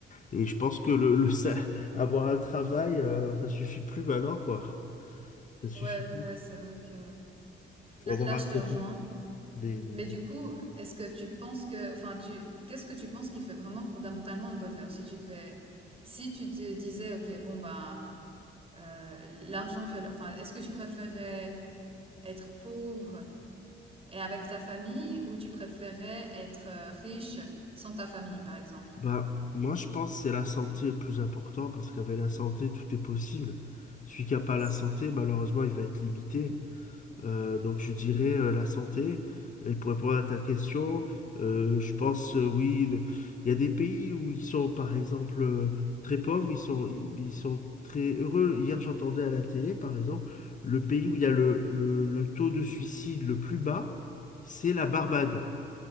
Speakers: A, on the left; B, on the right.
A: et je pense que le, le, sa- avoir un travail, euh, ça suffit plus maintenant, quoi. Ça suffit
B: Ouais,
A: plus.
B: ouais, c'est vrai que...
A: Faut
B: Là,
A: avoir
B: là,
A: à
B: je te
A: côté
B: rejoins.
A: des, des-
B: Mais du coup, est-ce que tu penses que... Enfin, tu... qu'est-ce que tu penses qui fait vraiment fondamentalement le bonheur? Si tu devais... Si tu te disais, OK, bon, ben, euh, l'argent fait... le- Enfin, est-ce que tu préférais être pauvre Et avec ta famille, ou tu préférais être euh, riche sans ta famille, par exemple?
A: Bah, moi, je pense que c'est la santé le plus important parce qu'avec la santé, tout est possible. Celui qui n'a pas la
B: S-
A: santé, malheureusement, il va être limité. Euh, donc, je dirais euh, la santé. Et pour répondre à ta question, euh, je pense, euh, oui, le- il y a des pays où ils sont, par exemple, euh, très pauvres, ils sont, ils, ils sont très heureux. Hier, j'entendais à la télé, par exemple, le pays où il y a le, le le taux de suicide le plus bas, c'est la Barbade.